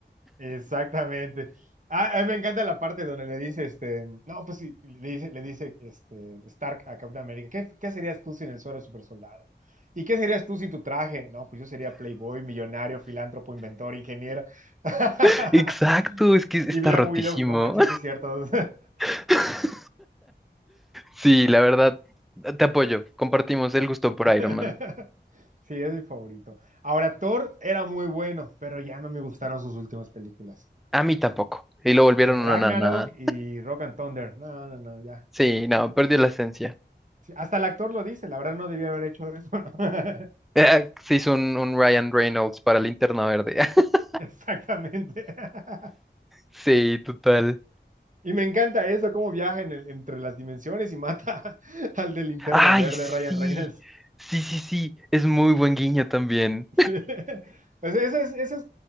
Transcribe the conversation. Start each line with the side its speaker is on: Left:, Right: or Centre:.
Right: Exactamente. Ah, a mí me encanta la parte donde le dice, este, no, pues sí, le dice, le dice, este, Stark a Capitán América, ¿qué, qué serías tú sin el suero de supersoldado? ¿Y qué serías tú sin tu traje? No, pues yo sería playboy, millonario, filántropo, inventor, ingeniero. <laughs>
Centre: <laughs> Exacto, es que está
Right: Y Black
Centre: rotísimo.
Right: Widow, no manches, sí es cierto.
Centre: <laughs> Sí, la verdad, te apoyo. Compartimos el gusto por
Right: <laughs>
Centre: Iron Man.
Right: Sí, es mi favorito. Ahora, Thor era muy bueno, pero ya no me gustaron sus últimas películas.
Centre: A mí tampoco. Y lo volvieron
Right: De Ragnarok
Centre: una nada.
Right: y Rock and Thunder. No, no, no, ya.
Centre: Sí, no, perdió la esencia.
Right: Sí, Hasta el actor lo dice, la verdad no debía haber hecho eso. <laughs>
Centre: Eh, se hizo un, un Ryan Reynolds para Linterna Verde. <laughs>
Right: Exactamente. <laughs>
Centre: Sí, total.
Right: Y me encanta eso, cómo viaja en el- entre las dimensiones y mata <laughs> al de Linterna
Centre: Ay,
Right: Verde,
Centre: sí.
Right: Ryan Reynolds.
Centre: Sí, sí, sí. Es muy buen guiño también.
Right: Sí. <laughs> Pues eso es, eso es,